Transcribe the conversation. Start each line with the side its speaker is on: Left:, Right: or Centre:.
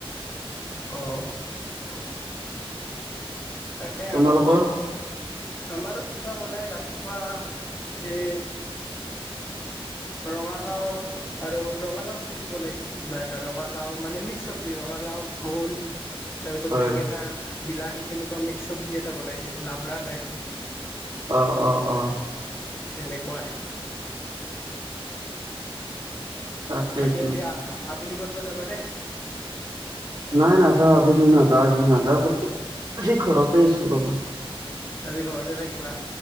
Left: অহ। তাকে
Right: তোমালোকৰ
Left: আমাৰো আমাৰো কিবা বনাই ৰাতিপুৱা এ ৰঙালাউ আৰু ৰঙালাউ চব্জি বনাইছিল কিবা এটা, ৰঙালাউ মানে মিক্স চব্জি মানে ৰঙালাউ ভোল। তাৰপিছত
Right: হয়
Left: বেঙেনা, বিলাহী, তেনেকুৱা মিক্স চব্জি এটা বনাইছিল লাবৰা টাইপ।
Right: অহ', অহ', অহ'।
Left: তেনেকুৱাই।
Right: তাকেইতো
Left: বাকী আজি আ-আবেলি ক'তবা যাবানে?
Right: নাই নাযাওঁ, আবেলি নাযাওঁ। আজি নাযাওঁ কতো আজি ঘৰতে আছোঁ ৰবা।
Left: আজি ঘৰতে থাকিবা।